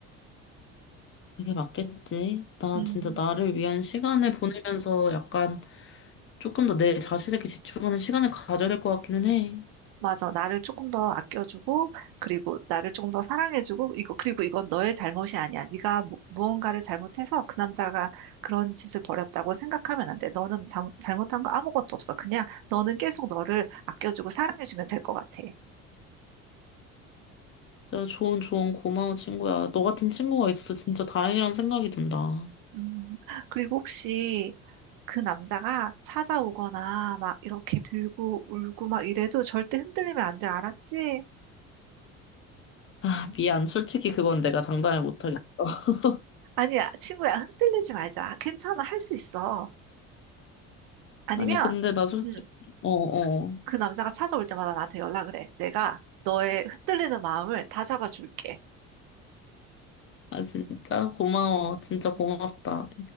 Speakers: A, on the left; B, on the right.
A: 그게 맞겠지. 나
B: 음.
A: 진짜 나를 위한 시간을 보내면서 약간 조금 더 내 자신에게 집중하는 시간을 가져야 될 것 같기는 해.
B: 맞아. 나를 조금 더 아껴주고, 그리고 나를 조금 더 사랑해주고, 이거, 그리고 이건 너의 잘못이 아니야. 네가 무, 무언가를 잘못해서 그 남자가 그런 짓을 벌였다고 생각하면 안 돼. 너는 잘, 잘못한 거 아무것도 없어. 그냥 너는 계속 너를 아껴주고 사랑해주면 될 것 같아.
A: 진짜 좋은 좋은 고마워 친구야. 너 같은 친구가 있어서 진짜 다행이라는 생각이 든다.
B: 음, 그리고 혹시 그 남자가 찾아오거나 막 이렇게 빌고 울고 막 이래도 절대 흔들리면 안 돼. 알았지?
A: 아, 미안. 솔직히 그건 내가 장담을 못하겠어. <laughs>
B: 아니야, 친구야. 흔들리지 말자. 괜찮아. 할 수 있어. 아니면,
A: 아니, 근데 나 솔직히,
B: 음,
A: 어어.
B: 그 남자가 찾아올 때마다 나한테 연락을 해. 내가 너의 흔들리는 마음을 다 잡아줄게.
A: 아, 진짜? 고마워. 진짜 고맙다.
B: 음,